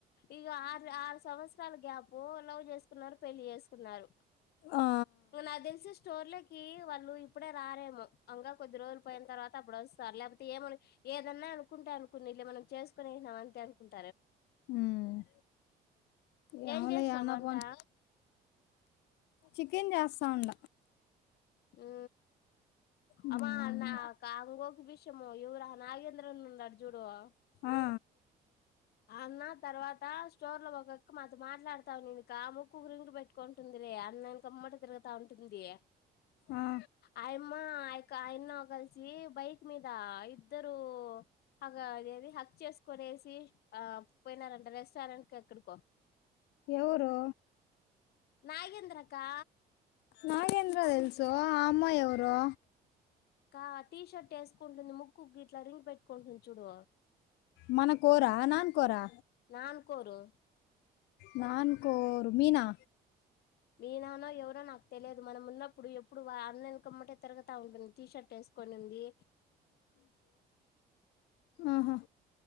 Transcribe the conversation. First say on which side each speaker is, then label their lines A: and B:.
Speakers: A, on the left; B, on the left.
A: ఇగ ఆర్ ఆరు సంవత్సరాల గ్యాపు, లవ్ జేస్ కున్నారు. పెళ్లి జేస్ కున్నారు.
B: ఆ
A: ఇంగ నాగ్ దెల్సి స్టోర్లకీ, వాళ్ళు ఇప్పుడె రారేమొ, అంగ కొద్ది రోజుల్ పోయిన తర్వాత అబుడు ఒసర్ లేపోతె ఏమొలె, ఏదన్న అనుకుంటె అన్ కోనీలె, మనం చేస్ కునేస్ నాం అంతె అనుకుంట.
B: ఊమ్మ్ ఏమో
A: ఏం చేసినావ్
B: లే ఏమన్న
A: వంట
B: బొని, చికెన్ జేస్త ఉండ.
A: ఊ
B: ఉమ్
A: అమ్మా నాకాంగోకు విషము, యెవురా నాగేంద్రన్న ఉండాడు జూడు,
B: ఆ
A: ష్ ఆన్న తర్వాతా, స్టోర్ లొ ఒక అక్క మాతొ మాట్లాడతావునింది. కా ముక్కుకి రింగు పెట్టుకో ఉంటుందిలె. అదె ఎనకమ్మట తిరుగుత ఉంటుంది.
B: ఆ
A: అయమ్మ ఆయక సాయన్న కల్ సి బైక్ మీద ఇద్దరూ అగొ అదేది హక్ చేస్కొనేసి- ఆ పొయ్ నారంట, రెస్టారెంట్ కొ ఎక్కడికొ,
B: ఎవరు
A: నాగేంద్రక్కా
B: నాగేంద్ర దెల్సు, ఆ అమ్మాయి ఎవరు?
A: కా టీ షర్ట్ వేసుకుంటుంది ముక్కు కిట్లా రింగ్ పెట్టుకుంటుంది చూడు
B: మన కోరా నాన్ కోరా
A: నా అనుకోరు
B: నాన్ కోరు మీనా
A: మీనానో ఎవరో నాకు తెలేదు మనం ఉన్నప్పుడు ఎప్పుడు వ అన్న ఎనకమ్మటే తిరుగతా ఉంటుంది టీ షర్ట్ వేస్ కొని ఉంది
B: ఆహా